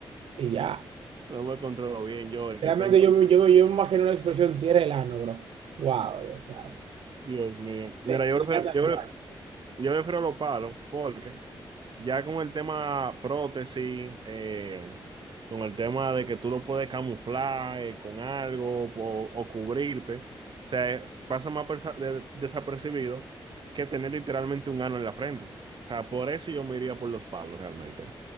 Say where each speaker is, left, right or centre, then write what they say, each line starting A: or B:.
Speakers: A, on the right; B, on the right.
A: Y ya.
B: No me controlo bien yo, el
A: Realmente
B: que tengo.
A: yo, me- yo, yo me imagino una expresión, cierra el ano, bro. Wow, Dios santo.
B: Dios mío. Mira,
A: Te-
B: yo
A: te
B: prefiero,
A: queda tal
B: yo, pre-
A: cual.
B: yo prefiero los palos porque ya con el tema prótesis, eh, con el tema de que tú lo puedes camuflar eh, con algo po- o, cubrirte, o sea, pasa más persa- de- desapercibido que tener literalmente un ano en la frente. O sea, por eso yo me iría por los palos realmente.